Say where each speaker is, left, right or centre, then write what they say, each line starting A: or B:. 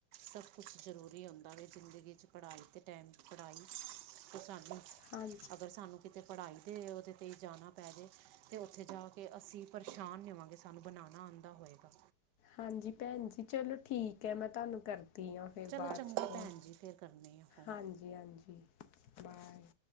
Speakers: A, on the right; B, on the left.
A: ਸਭ ਕੁਛ ਜ਼ਰੂਰੀ ਹੁੰਦਾ ਹੈ ਜ਼ਿੰਦਗੀ 'ਚ ਪੜ੍ਹਾਈ ਅਤੇ ਟਾਈਮ 'ਚ ਪੜ੍ਹਾਈ ਕੁ
B: ਹਾਂਜੀ
A: ਅਗਰ ਸਾਨੂੰ ਕਿਤੇ ਪੜ੍ਹਾਈ ਦੇ ਉਹਦੇ 'ਤੇ ਜਾਣਾ ਪੈ ਜਾਵੇ, ਅਤੇ ਉੱਥੇ ਜਾ ਕੇ ਅਸੀਂ ਪਰੇਸ਼ਾਨ ਨਹੀਂ ਹੋਵਾਂਗੇ ਸਾਨੂੰ ਬਣਾਣਾ ਆਂ ਆ ਹੋਏਗਾ।
B: ਹਾਂਜੀ ਭੈਣ ਜੀ, ਚਲੋ ਠੀਕ ਹੈ ਮੈਂ ਤੁਹਾਨੂੰ ਕਰ ਠੀਕ ਏ ਫਿਰ
A: ਚਲੋ
B: ਬਾਅਦ
A: ਚੰਗਾ
B: 'ਚ ਕੋਲ
A: ਭੈਣ ਜੀ ਫਿਰ ਕਰਨੇ ਆ ਫੋਨ
B: ਹਾਂਜੀ- ਹਾਂਜੀ ਬਾਏ।